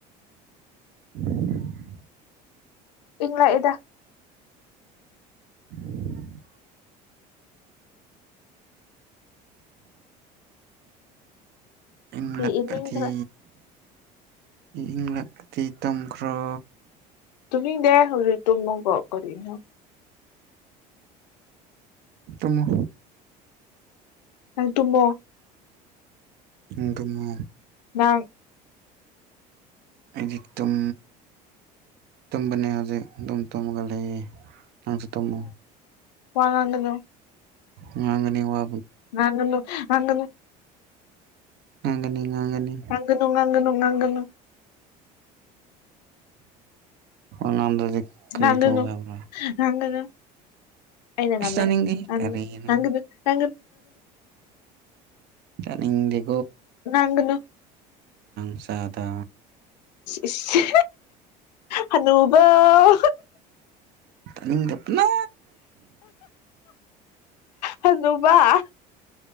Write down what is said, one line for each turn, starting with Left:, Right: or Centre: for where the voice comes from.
Right: <unintelligible>
Left: ꯏꯪꯂꯛ ꯑꯦꯗ
Right: <unintelligible> ꯏꯪꯂꯛꯑꯗꯤ
Left: ꯐꯤ ꯏꯅꯤꯡꯈ꯭ꯔꯦ
Right: ꯏꯪꯂꯛꯑꯗꯤ ꯇꯨꯝꯈ꯭ꯔꯣ
Left: ꯇꯨꯝꯅꯤꯡꯗꯦ ꯍꯧꯖꯤꯛ ꯇꯨꯝꯃꯒ ꯀꯔꯤꯅꯣ
Right: ꯇꯨꯝꯃꯨ
Left: ꯅꯪ ꯇꯨꯝꯃꯣ
Right: ꯅꯪ ꯇꯨꯝꯃꯣ
Left: ꯅꯪ
Right: ꯑꯩꯗꯤ ꯇꯨꯝ ꯇꯨꯝꯕꯅꯦ ꯍꯧꯖꯤꯛ ꯑꯗꯨꯝ ꯇꯨꯝꯃ ꯂꯩ ꯅꯪꯁꯨ ꯇꯨꯝꯃꯣ
Left: ꯋꯥ ꯉꯥꯡꯒꯅꯣ
Right: ꯉꯥꯡꯒꯅꯤ ꯋꯥ
Left: ꯉꯥꯡꯒꯅꯨ ꯉꯥꯡꯒꯅꯨ
Right: ꯉꯥꯡꯒꯅꯤ ꯉꯥꯡꯒꯅꯤ
Left: ꯉꯥꯡꯒꯅꯨ ꯉꯥꯡꯒꯅꯨ ꯉꯥꯡꯒꯅꯨ
Right: ꯋꯥ ꯉꯥꯡꯗꯔꯗꯤ ꯀꯔꯤꯇꯧ
Left: ꯉꯥꯡꯒꯅꯨ
Right: ꯍꯥꯏꯕꯔꯥ
Left: ꯉꯥꯡꯒꯅꯨ ꯑꯩꯅ ꯉꯝꯃꯦ
Right: ꯇꯥꯅꯤꯡꯗꯦ
Left: ꯅꯪ
Right: ꯀꯔꯤꯅꯣ
Left: ꯉꯥꯡꯒꯅꯨ ꯉꯥꯡꯒ
Right: ꯇꯥꯅꯤꯡꯗꯦ
Left: ꯉꯥꯡꯒꯅꯨ
Right: ꯆꯥꯗꯥ
Left: ꯏꯁ ꯍꯅꯨꯕꯧ
Right: ꯇꯥꯅꯤꯡꯗꯄꯅ
Left: ꯍꯅꯨꯕꯥ